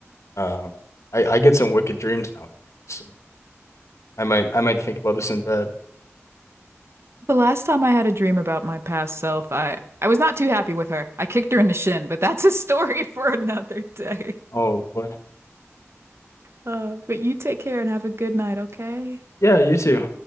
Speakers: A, on the left; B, on the right.
A: Um, I, I get some wicked dreams now, so I might I might think about this in bed.
B: The last time I had a dream about my past self, I I was not too happy with her. I kicked her in the shin, but that's a <laughs> story for another day.
A: Oh boy.
B: Uh, but you take care and have a good night, okay?
A: Yeah, you too.